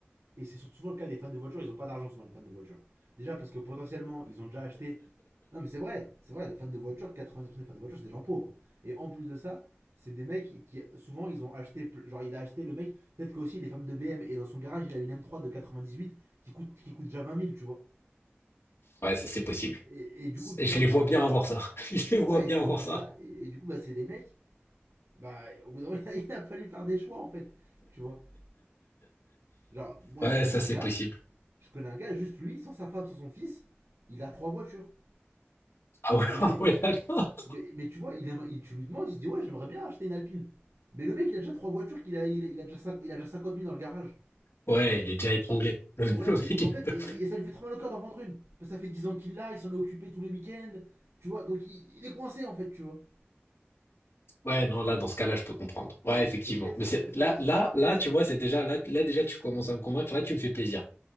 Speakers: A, on the right; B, on the left.
A: Et c'est surtout souvent le cas des fans de voitures, ils ont pas d'argent souvent les fans de voitures. Déjà parce que potentiellement, ils ont déjà acheté. Non, mais c'est vrai, c'est vrai, les fans de voitures, 90% des fans de voitures, c'est des gens pauvres. Et en plus de ça, c'est des mecs qui, qui, souvent, ils ont acheté, genre, il a acheté le mec, peut-être qu'aussi il est fan de BM et dans son garage, il a une M3 de 98 qui coûte, qui coûte déjà 20 000, tu vois.
B: Ouais, ça, c'est possible.
A: Et, et du coup, tu
B: Et je
A: vois,
B: les
A: enfin,
B: vois bien avoir ça. <laughs> Je les vois
A: ouais,
B: bien
A: tu
B: avoir
A: vois, c'est
B: ça.
A: ça. Et, et du coup, bah, c'est des mecs bah, au bout d'un moment, <laughs> il a fallu faire des choix, en fait. Tu vois Genre, moi,
B: Ouais,
A: je connais
B: ça,
A: un
B: c'est
A: gars,
B: possible.
A: je connais un gars, juste lui, sans sa femme, sans son fils, il a trois voitures.
B: Ah ouais,
A: Et
B: <laughs>
A: c'est,
B: ah
A: mais,
B: ouais, d'accord.
A: mais, mais tu vois, il aime, il- tu lui demandes, il se dit, ouais, j'aimerais bien acheter une Alpine. Mais le mec, il a déjà trois voitures, qu'il a, il, a- il a déjà cinq- il a déjà cinquante mille dans le garage.
B: Ouais, il est déjà étranglé. Le
A: Ouais,
B: le mec,
A: et donc
B: il
A: en fait,
B: peut-
A: et, et ça lui fait très mal au cœur d'en vendre une. Parce que ça fait 10 ans qu'il l'a, il s'en est occupé tous les week-ends. Tu vois, donc il, il est coincé, en fait, tu vois.
B: Ouais, non, là, dans ce cas-là, je peux comprendre. Ouais, effectivement.
A: Donc il y a ça,
B: Mais c'est,
A: il y a ça
B: là,
A: aussi.
B: là,
A: tu vois.
B: là, tu vois, c'est déjà, là, là, déjà, tu commences à me convaincre. Là, tu me fais plaisir.